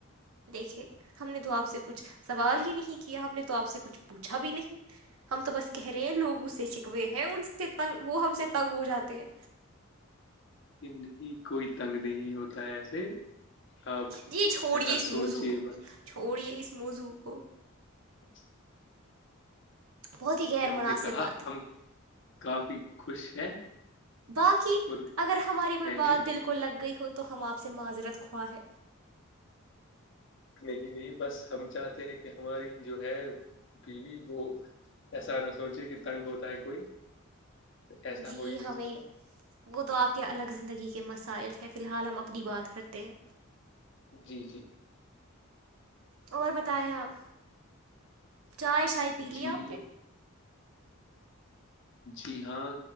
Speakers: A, on the right; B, on the left.
A: دیکھے ہم نے تو آپ سے کچھ سوال ہی نہیں کیا ہم نے تو آپ سے کچھ پوچھا بھی نہیں ہم تو بس کہہ رہے ہیں لوگ اس سے چکوے ہیں ان سے تنگ وہ ہم سے تنگ ہو جاتے ہیں
B: نہیں کوئی تنگ نہیں ہوتا ہے ایسے آپ
A: جی چھوڑیے
B: ایسا
A: اس
B: سوچیے
A: موضوع کو
B: مت
A: چھوڑیے اس موضوع کو
B: اچھا
A: بہت ہی غیر مناسب
B: نے کہا
A: بات ہے
B: ہم کافی خوش ہیں
A: باقی
B: اور
A: اگر ہماری کوئی
B: ہے ہی
A: بات دلک کو لگ گئی ہو تو ہم آپ سے معذرت خوا ہے
B: نہیں نہیں بس ہم چاہتے ہیں کہ ہماری جو ہے بیوی وہ ایسا نہ سوچے کہ تنگ ہوتا ہے کوئی ایسا
A: جی
B: ہو ہی نہیں
A: ہمیں
B: سکتا
A: وہ تو آپ کے الگ زندگی کے مسائل ہیں فی الحال ہم اپنی بات کرتے ہیں
B: جی جی
A: اور بتائے آپ چائے شائے پی لی
B: جی
A: آپ نے
B: جی ہاں